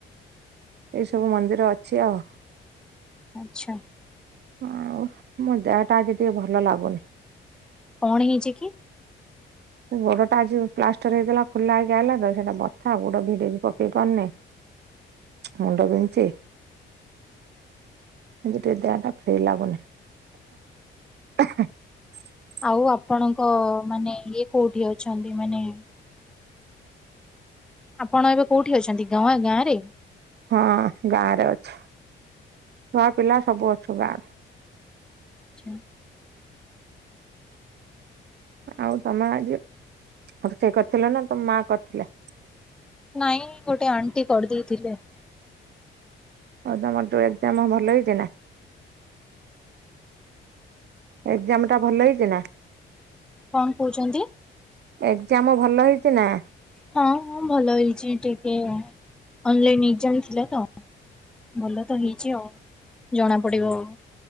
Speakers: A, on the right; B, in the centre.
A: ଏଇସବୁ ମନ୍ଦିର ଅଛି ଆଉ।
B: ଆଚ୍ଛା।
A: ଆଉ ମୋ ଦେହ ଟା ଆଜି ଟିକେ ଭଲ ଲାଗୁନି।
B: କଣ ହେଇଛି କି?
A: ସେ ଗୋଡ ଟା ଆଜି ପ୍ଲାଷ୍ଟର ହେଇଗଲା ଖୋଲା ହେଇକି ଆଲା ତ ସେଟା ବଥା ଗୋଡ ଭିଡିକି ପକେଇକ ପାରୁନି। ମୁଣ୍ଡ ବିଞ୍ଚି ଆଜିଟ ଦେହ ଟା ଫ୍ରେ ଲାଗୁନି। <unintelligible>
B: ଆଉ ଆପଣଙ୍କ ମାନେ ଇଏ କୋଉଠି ଅଛନ୍ତି ମାନେ? ଆପଣ ଏବେ କୋଉଠି ଅଛନ୍ତି ଗାଁ ଗାଁ ରେ?
A: ହଁ ଗାଁ ରେ ଅଛ ଛୁଆ ପିଲା ସବୁ ଅଛୁ ଗାଁ ରେ।
B: ଆଛା।
A: ଆଉ ତମେ ଆଜି ରୋଷେଇ କରିଥିଲ ନା ତମ ମା କରିଥିଲେ?
B: ନାଇଁ ଗୋଟେ ଆଣ୍ଟି କରିଦେଇଥିଲେ।
A: ଦ ମ ଏଜାମ ଭଲ ହେଇଛି ନା? ଏକଜାମ ଟା ଭଲ ହେଇଛି ନା?
B: କଣ କହୁଛନ୍ତି?
A: ଏକଜାମ ଭଲ ହେଇଛି ନା?
B: ହଁଁ ଭଲ ହେଇଛି ଟିକେ ଅନଲାଇନ ଏନଜାମ ଥିଲା ତ। ଭଲ ତ ହେଇଛି ଆଉ ଜଣା ପଡିବ।